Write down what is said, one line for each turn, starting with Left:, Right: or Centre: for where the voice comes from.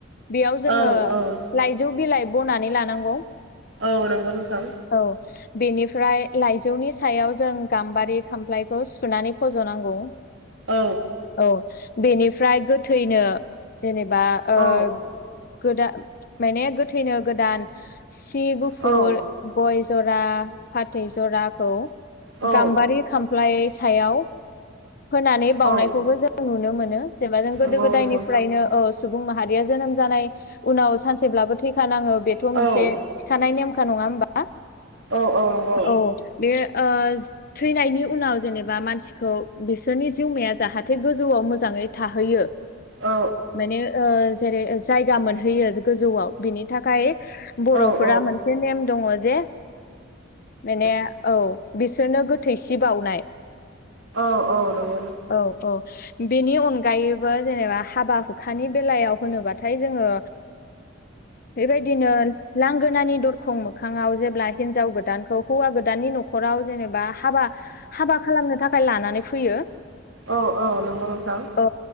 Left: बेयाव जोङो
Right: औ औ
Left: लाइजौ बिलाइ बनानै लानांगौ।
Right: औ नंगौ नोंथां
Left: औ बेनि लाइजौनि सायाव जों गाम्बारि खामफ्लायखौ सुनानै फजनांगौ
Right: औ
Left: औ बेनिफ्राय गोथैनो जेनेब बा ओ
Right: औ
Left: गोदा माने गोथैनो गोदान सि गुफुर
Right: औ
Left: गय ज'रा फाथै ज'राखौ
Right: औ
Left: गाम्बारि खामफ्लाय सायाव होनानै बावनायखौबो
Right: औ
Left: जों नुनो मोनो जेनबा जों
Right: नंगौ
Left: गोदो गोदायनिफ्रायनो
Right: नंगौ नोंथां
Left: ओ सुबुं माहारिया जोनोम जानाय उनाव सानसेब्लाबो थैखाानाङो बेथ' मोनसे
Right: औ
Left: थिखानाय नेमखा नङा होमबा?
Right: औ औ नंगौ
Left: औ बे ओ थैनायनि उनाव जेनेबा मानसिखौ बिसोरनि जिउमाया जाहाथे गोजौआव मोजां थाहैयो।
Right: औ
Left: माने ओ जेरै जायगा मोनहैयो गोजौआव बिनि थाखाय। बर'फोरा
Right: औ
Left: मोनसे नेम दङ जे माने
Right: नंगौ
Left: औ बिसोरनो गोथैसि बावनाय।
Right: औ औ नंगौ नंगौ।
Left: औ औ बेनि अनगायैबो जेनेबा हाबा हुखानि बेलायाव होनोबाथाय जोङो बेबायदिनो लांगोनानि दरखं मोखाङाव जेब्ला हिनजाव गोदानखौ हौवा गोदाननि नखराव जेनेबा हाबा हाबा खालामनो थाखाय लाना फैयो।
Right: औ औ नंगौ नोंथां।
Left: औ